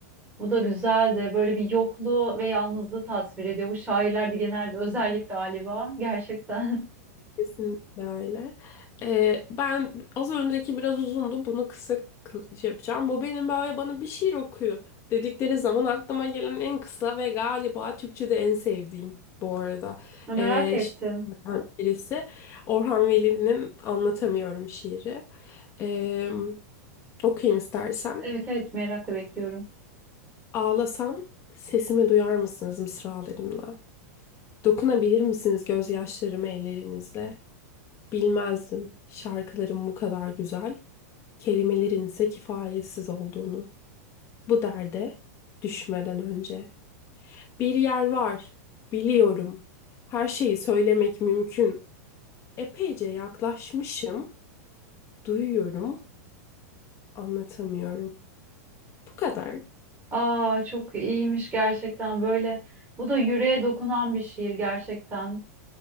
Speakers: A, on the right; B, on the left.
A: Bu da güzel de böyle bir yokluğu ve yalnızlığı tasvir ediyor. Bu şairlerde genel bir özellik galiba. Gerçekten.
B: Kesinlikle öyle. Ee, ben az önceki biraz uzundu. Bunu kısa kı- şey yapacağım. Bu benim böyle bana bir şiir okuyor dedikleri zaman aklıma gelen en kısa ve galiba Türkçe'de en sevdiğim bu arada.
A: <laughs> Merak
B: Ee,
A: ettim.
B: şiirlerden birisi Orhan Veli'nin Anlatamıyorum şiiri. Ee, okuyayım istersen.
A: Evet evet merakla bekliyorum.
B: Ağlasam sesimi duyar mısınız mısralarımla? Dokunabilir misiniz gözyaşlarıma ellerinizle? Bilmezdim şarkıların bu kadar güzel, kelimelerin ise kifayetsiz olduğunu. Bu derde düşmeden önce. Bir yer var, biliyorum. Her şeyi söylemek mümkün. Epeyce yaklaşmışım, duyuyorum, anlatamıyorum. Bu kadar.
A: Aa çok iyiymiş gerçekten böyle. Bu da yüreğe dokunan bir şiir gerçekten.